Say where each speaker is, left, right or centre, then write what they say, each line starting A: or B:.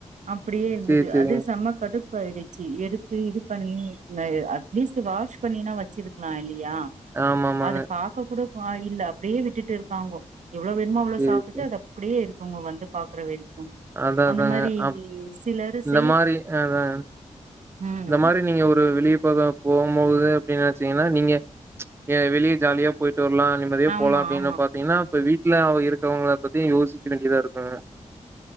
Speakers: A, on the right; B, on the right.
A: அப்புடியே இருந்துது
B: சேரி சேரிங்க
A: அது சமக்க கடுப்பாயிடுச்சு எடுத்து இது பண்ணி அட்லீஸ் வாஷ் பண்ணிணா வச்சிருக்கலா இல்லி யா
B: ஆமா ஆமாங்க
A: அத பாக்க கூட ஆ இல்ல அப்டியே விட்டுட்டு இருக்காங்கோ எவ்ளோ வேணுமோ அவ்ளோ
B: சேரி
A: சாப்புட்டுட்டு
B: சேரி
A: அத அப்டியே இருக் உங்க வந்து பாக்குற வேரு அ
B: அதா
A: அந்த
B: அதாங்க
A: மாரி
B: அப்
A: சிலருஸ்
B: இந்த மாரி அ அ
A: ம்
B: இந்த மாரி நீங்க ஒரு வெளிய போக போகும்போது அப்டின்னு ச்சீங்கன்னா நீங்க வெளிய ஜாலியா போயிட் டு வரல்லா நிம்மதியா
A: ஆமா
B: போலா அப்டின்னு
A: ஆமா
B: பாத்தீங்கன்னா போய் வீட் வீட்ல இருக்கவங்கள பத்தி யோசிக்க வேண்டியதா இருக்கு